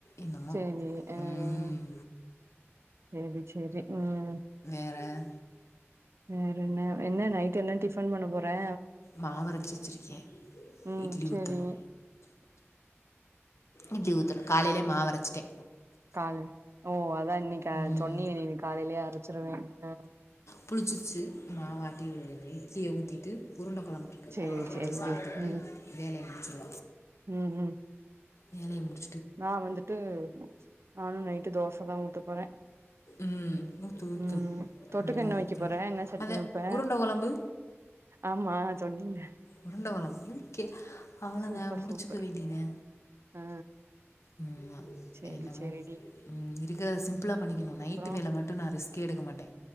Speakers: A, on the left; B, on the right.
A: என்னமோ
B: செரி அ அ
A: ம்,
B: செரி செரி ம்
A: வேற்
B: வேற என்ன என்ன நைட் என்ன டிஃபன் பண்ண போற
A: மாவரைச்சு வச்சுருக்கே
B: ம்
A: இட்லி
B: சேரி
A: ஊத்தணு. இட்லி ஊத்தணு காலயிலே மாவு அரச்சுட்டே.
B: காலை ஓ அதா இன்னிக்கி அ
A: ம்
B: சொன்னீங்க நீங்க காலையிலேயே அரைச்சுருவேன்ட்டு
A: புளுச்சுருச்சு மாவாட்டி இட்லிய ஊத்திட்டு உருண்ட கொழம்பு இருக்கு.
B: சேரி
A: அத வச்சு
B: சேரிடி
A: சாப்ட்டுட்டு
B: ம்
A: வேலைய முடுச் செரி
B: ம் ம்
A: வேலைய முடுச்
B: நா வந்துட்டு நானு நைட்டு தோசதா ஊத்த போறே.
A: ம் ஊற்று ஊற்று
B: ம் தொட்டுக்க
A: நல்லா
B: என்ன
A: ஊற்றி
B: வக்க போற? என்ன சட்னி
A: அது
B: வப்ப?
A: உருண்டை குழம்பு
B: ஆமா சொன்னில்ல.
A: உருண்ட கொழம்பு இருக்கே. அவ்ளோதா
B: சூப்பர்
A: முடிச்சுக்க
B: சூப்பர்
A: வேண்டியதா.
B: ஆ
A: ம்
B: சேரி
A: என்னமோ
B: சேரிடி
A: ம் இருக்றத சிம்பிளா பண்ணிக்கணு நைட்டு
B: அப்றோ
A: வேல மட்டு நா ரிஸ்க்கே எடுக்க மாட்டே.